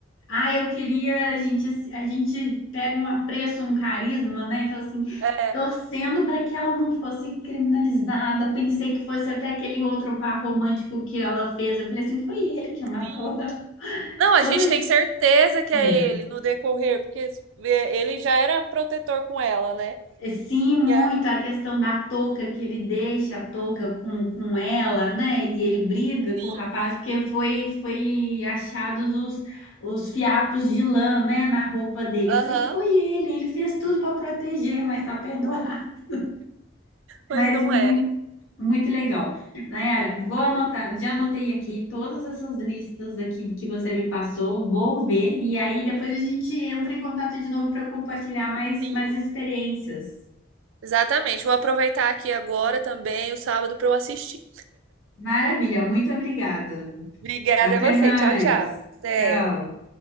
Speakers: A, on the left; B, on the right.
A: Ah, eu queria, a gente, a gente pega um apreço, um carisma, né? E fala assim,
B: É,
A: torcendo para que ela não fosse criminalizada. Pensei que fosse até aquele outro par romântico que ela fez. Eu falei assim, foi ele que matou.
B: Sim.
A: <laughs>
B: Não, a
A: Quando,
B: gente tem certeza que
A: é.
B: é ele no decorrer, porque é, ele já era protetor com ela, né?
A: É, Sim, muito
B: E aí,
A: a questão da touca, que ele deixa a touca com, com ela, né? E ele briga
B: sim,
A: com o rapaz, porque foi, foi achados os, os fiapos de lã, né, na roupa dele.
B: aham,
A: Eu falei, foi ele, ele fez tudo para proteger, mas tá perdoado. <laughs> Mas
B: mas não
A: muito,
B: era.
A: muito legal. Nayara, vou anotar, já anotei aqui todas essas listas aqui que você me passou, vou ver, e aí depois a gente entra em contato de novo para compartilhar mais,
B: Sim,
A: mais experiências.
B: exatamente. Vou aproveitar aqui agora também o sábado para eu assistir.
A: Maravilha, muito obrigada.
B: Obrigada
A: Até
B: a você.
A: mais.
B: Tchau, tchau. Até.
A: Tchau.